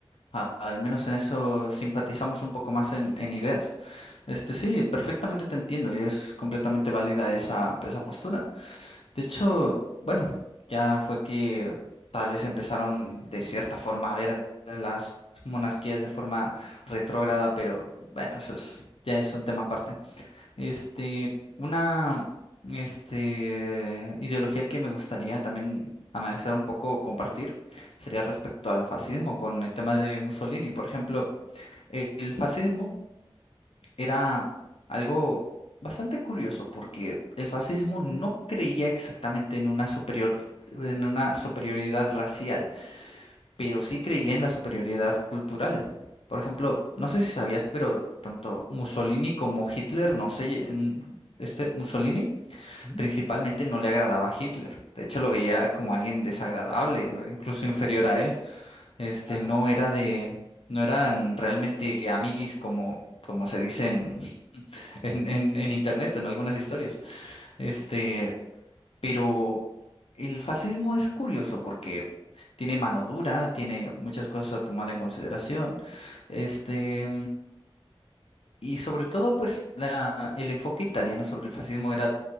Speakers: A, on the left; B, on the left.
A: a- al menos en eso simpatizamos un poco más en en ideas. Este sí, perfectamente te entiendo y es completamente válida esa, esa postura. De hecho, bueno, ya fue que tal vez empezaron de cierta forma a ver las monarquías de forma retrógrada, pero bueno, eso es, ya es un tema aparte. Este, una este, ideología que me gustaría también analizar un poco, compartir, sería respecto al fascismo con el tema de Mussolini. Por ejemplo, eh, el fascismo era algo bastante curioso porque el fascismo no creía exactamente en una superior, en una superioridad racial, pero sí creía en la superioridad cultural. Por ejemplo, no sé si sabías, pero tanto Mussolini como Hitler, no sé, en- este Mussolini
B: Ujú.
A: principalmente no le agradaba a Hitler. De hecho, lo veía como alguien desagradable, o incluso inferior a él. Este
B: Ah, no
A: no
B: no sé.
A: era de, no eran realmente amiguis como, como se dicen en, en, en internet, en algunas historias. Este, pero el fascismo es curioso porque tiene mano dura, tiene muchas cosas a tomar en consideración. Este, y sobre todo, pues, la, el enfoque italiano sobre el fascismo era,